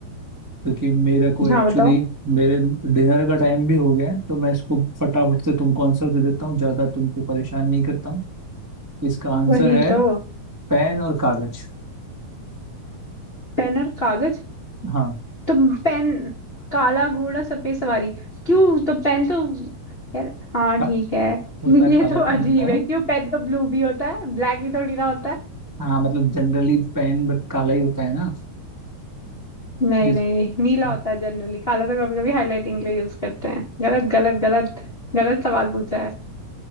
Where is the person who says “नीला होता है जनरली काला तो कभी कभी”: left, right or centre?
Left